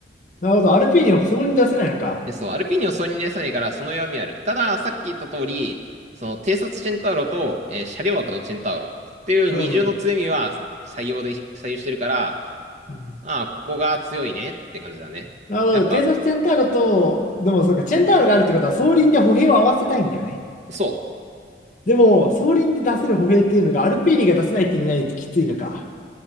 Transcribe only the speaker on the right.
えそう、アルピーニを総任でさないから、その弱みある。ただ、さっき言った通り、その、偵察チェンタウロと、えー車両枠のチェンタウロっていう二重の強みは採用で、
採用してるから、
ああ、ここが強いねって感じだね。
やっぱ、
そう。